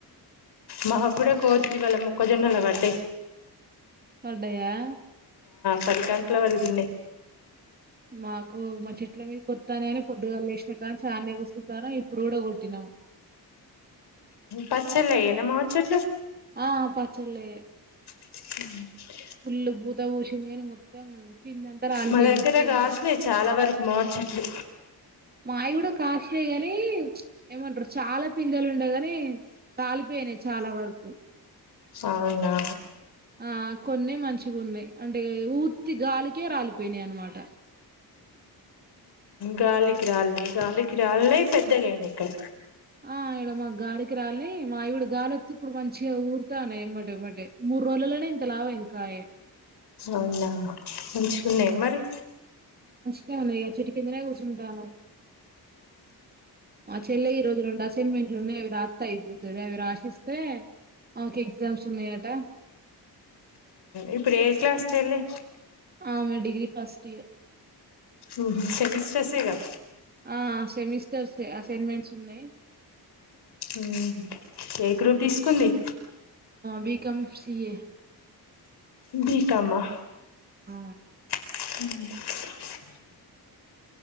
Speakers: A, on the left; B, on the right.
A: మా కూడా కోతులు ఇవాళ్ళ మొక్క జొన్నల బడ్డయి
B: పడ్డాయా
A: పది కంకుల వరకు తిన్నాయ్
B: మాకు మా చెట్ల మీద కొత్తానేని పొద్దుగా లేసినా కానీ చాలానే కూర్చంటారు ఇప్పుడు కూడా కొట్టినాము
A: పచ్చల్లయేనా మామిడి చెట్టు
B: ఆ పచ్చళ్ళయే
A: హ
B: పుల్లు పూత పూసింది కానీ మొత్తం పిందంతా రాలిపోయింది
A: మా దగ్గర
B: ఉత్తిగనే
A: కాసినయ్ చాలా వరకు మామిడి చెట్లు
B: మాయి కూడా కాసినయ్ గాని ఏమంటారు చాలా పిందలు ఉండేగాని రాలిపోయినాయ్ చాల వరకు
A: అవునా
B: ఆ కొన్నే మంచిగా ఉన్నాయి అంటే ఊత్తి గాలికే రాలిపోయినావి అన్నమాట
A: గాలికిిరాలినయ్ గాలికిిరాలనివి పెద్దగా అయినవి ఇక్కడ
B: ఆ ఇయడ మా గాలికి రాలి మాయి కూడా గాలి వత్తే ఇప్పుడు మంచిగా ఊరుతాన్నా యి ఎమ్మటెమ్మటే మూడు రోజులనే ఇంత లావు అయింది కాయ
A: అవునా మంచిగున్నాయా మరి
B: మామిడి చెట్టు కిందనే కూర్చుంటున్నవ్ మా చెల్లె ఈ రోజు రెండు అసైన్మెంట్లున్నావి అవి రాస్తే అయిపోతది అవి రాశిస్తే ఆమెకి ఎగ్జామ్స్ ఉన్నాయాటా
A: ఇప్పుడ ఏ క్లాస్ చెల్లె
B: ఆమె డిగ్రీ ఫస్ట్ ఇయర్
A: మ్మ్ సెమిస్టర్స్ యేగా
B: ఆ సెమిస్టర్స్ ఏ అసైన్మెంట్స్ ఉన్నాయి
A: మ్మ్ ఏ గ్రూప్ తీసుకుంది
B: B com CA
A: B com హా
B: ఆ
A: అ